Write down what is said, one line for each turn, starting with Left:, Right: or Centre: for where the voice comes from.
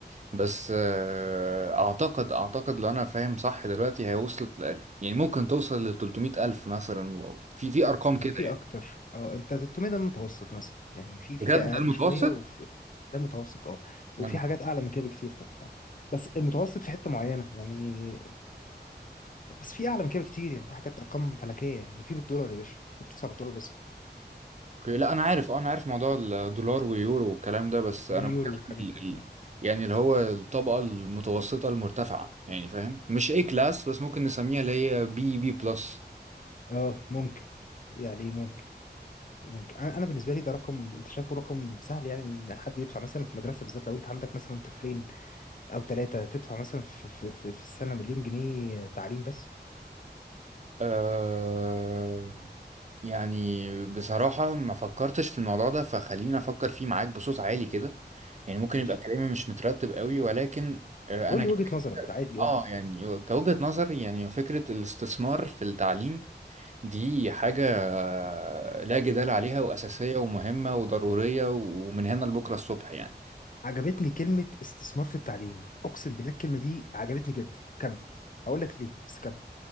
Right: بس آه، اعتقد اعتقد لو انا فاهم صح دلوقتي هي وصلت ل- يعني ممكن توصل ل 300 الف مثلا و- في في ارقام
Left: وفي
Right: كده يعني
Left: اكتر اه انت 300 ده المتوسط مثلا يعني في في
Right: بجد
Left: اقل
Right: ده المتوسط
Left: شويه وفي ده المتوسط اه
Right: يا
Left: وفي
Right: نهار
Left: حاجات
Right: أبيض.
Left: اعلى من كده بكتير طبعا آه. بس المتوسط في حته معينه يعني بس في اعلى من كده بكتير يعني في حاجات ارقام فلكيه يعني ده في بالدولار يا باشا انت بتدفع بالدولار بس
Right: اوكي لا انا عارف اه انا عارف موضوع الدولار واليورو والكلام ده بس
Left: واليورو
Right: انا بتكلم
Left: والحاجات
Right: ال-
Left: دي
Right: ال-
Left: ف-
Right: يعني اللي هو الطبقه المتوسطه المرتفعه يعني فاهم مش اي كلاس بس ممكن نسميها اللي هي بي بي بلس
Left: اه ممكن يعني ممكن ممكن انا أنا بالنسبه لي ده رقم انت شايفه رقم سهل يعني ان حد يدفع مثلا في مدرسه بالذات لو انت عندك مثلا طفلين او ثلاثه تدفع مثلا في في في في السنه مليون جنيه تعليم بس
Right: أه يعني بصراحة ما فكرتش في الموضوع ده فخليني أفكر فيه معاك بصوت عالي كده يعني ممكن
Left: ماشي
Right: يبقى كلامي مش مترتب قوي ولكن أه
Left: قول
Right: أنا
Left: لي
Right: ك-
Left: وجهه نظرك عادي
Right: آه
Left: اه
Right: يعني كوجهة نظر يعني فكرة الاستثمار في التعليم دي حاجة آه، لا جدال عليها وأساسية ومهمة وضرورية ومن هنا لبكرة الصبح يعني
Left: عجبتني كلمه استثمار في التعليم اقسم بالله الكلمه دي عجبتني جدا كمل هقول لك ليه بس كمل